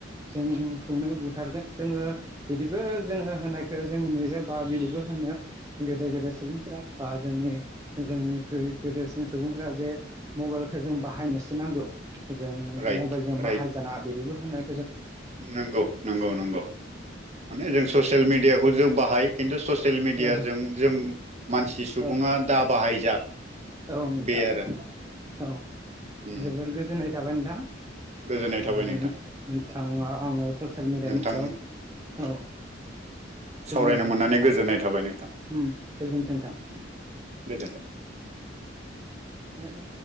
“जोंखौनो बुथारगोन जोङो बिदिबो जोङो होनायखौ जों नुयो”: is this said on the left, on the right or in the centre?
Right